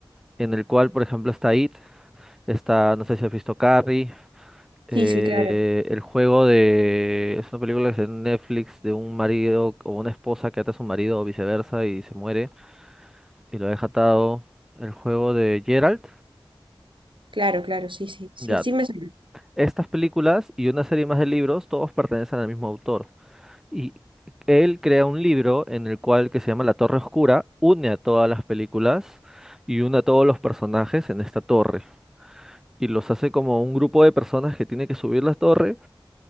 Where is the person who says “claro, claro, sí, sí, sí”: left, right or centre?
Right